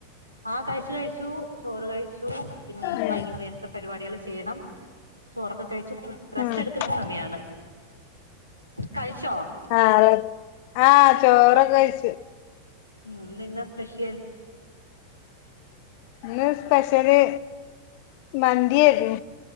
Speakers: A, on the right; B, on the left.
A: ആ കഴിച്ചു കഴിച്ചു ചോറ് കഴിച്ചു. ച്ചു പിന്നെ
B: ഉം
A: വൈകുന്നേരത്തെ പരിപാടികൾ ചെയ്യണം ചോറക്കെ കഴിച്ച് ഫ് റെസ്റ്റ്
B: ഉം
A: എടുക്കുന്ന സമയാണ്. കഴിച്ചോ
B: ആ <unintelligible> ആ ചോറൊക്കെ കയിച്ച്.
A: ഉം ഇന്നെന്താ സ്പെഷ്യൽ?
B: ഇന്ന് സ്പെഷ്യല് മന്തിയേരന്നു